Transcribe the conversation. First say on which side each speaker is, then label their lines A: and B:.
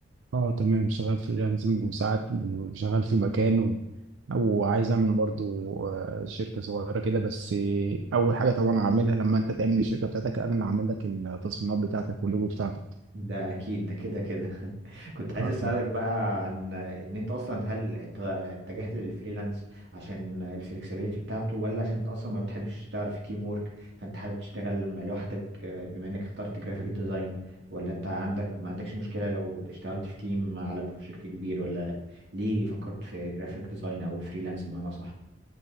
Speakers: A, on the right; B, on the right.
A: اه تمام شغال فريلانسنج وساعات شغال في مكان و... وعايز اعمل برضو آه، شركه صغيره كده بس آه، اول حاجه طبعا هعملها لما انت تعمل الشركه بتاعتك انا اللي هعمل لك التصميمات بتاعتك واللوجو بتاعتك
B: ده اكيد ده كده كده <laughs> كنت عايز
A: اه
B: اسالك
A: تمام
B: بقى عن ان انت اصلا هل انت اتجهت للفريلانس عشان الفلكسبيليتي بتاعته ولا عشان انت اصلا ما بتحبش تشتغل في تيم وورك فانت حابب تشتغل م- لوحدك آه، بما انك اخترت جرافيك ديزاين ولا انت عندك ما عندكش مشكله لو اشتغلت في تيم على بروجكت كبير ولا ليه فكرت في جرافيك ديزاين او الفريلانس بمعنى صح